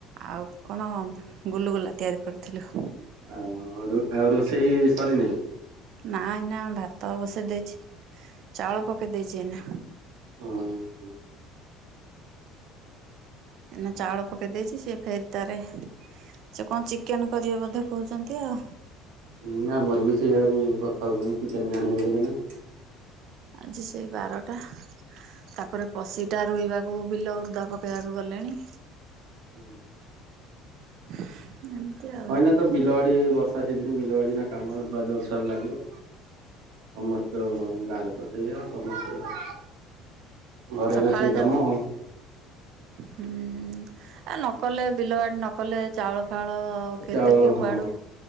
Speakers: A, on the right; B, on the right.
A: ଆଉ କଣ ଗୁଲୁଗୁଲା ତିଆରି କରିଥିଲୁ।
B: ଆ ଆଉ ରୁ ରୋଷେଇ ସରିନି
A: ନାଁ ଏଇନା ଭାତ ବସେଇ ଦେଇଛି ଚାଉଳ ପକେଇ ଦେଇଛି ଏଇନା
B: ହୁଁ।
A: ଏନା ଚାଉଳ ପକେଇ ଦେଇଛି ସେ ଫେର ତାରେ ସେ କଣ ଚିକେନ କରିବେ ବୋଧେ କହୁଛନ୍ତି ଆଉ।
B: ହୁଁ ଆମର ବି ସେଇଆକୁ କଥା ହଉଛନ୍ତି ଚିକେନ ଆଣିବୁ ବୋଲି ଏହିନା।
A: ଆଜି ସେଇ ବାରଟା। ତାପରେ ପଶିଟା ରୋଇବାକୁ ବିଲ ଉଦା ପକାଇବାକୁ ଗଲେଣି।
B: ହୁଁ।
A: ଏମିତି ଆଉ।
B: ହଇନା ତ ବିଲବାଡି ବର୍ଷା ସିଯିନି ବିଲବାଡି ନା କାମ ଜୋର୍ ସୋର୍ ରେ ଲାଗିବ। ସମସ୍ତ ଗାଁରେ ତ ସେଇଆ ଆଉ ସମସ୍ତେ ଘରେ
A: ସକାଳେ
B: ଏଇନା ସେଇ
A: ଯୋଉ
B: କାମ ଆଉ।
A: ହୁଁ ଆ ନ କଲେ ବିଲ ବାଡି ନକଲେ ଚାଉଳ ଫାଉଳ ହଉ କେତେ
B: ଚାଉଳ
A: କିଏ
B: ହଁ
A: କୁଆଡ଼ୁ